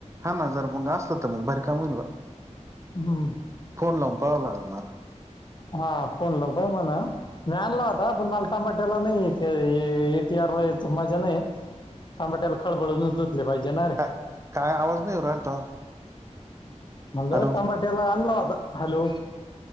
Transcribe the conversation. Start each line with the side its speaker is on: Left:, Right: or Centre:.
Right: हा ना जर मग असलं तर मग भारी काम होईल ब
Left: हम्म.
Right: फोन लावून पाहा लागेल मला.
Left: हा फोन कोणलं प म्हणा.? मॅनला होता पण मालटाबाट्याला नाही एटीआरलाथ मजा नाही. तांबाट्याला खळबळूनच होतले पाहिजे ना रे,
Right: काय काय आवाज नाही येऊ राहिला तुम्हाला
Left: म्हणलंय
Right: हॅलो
Left: तांबाट्याला आणला आता हॅलो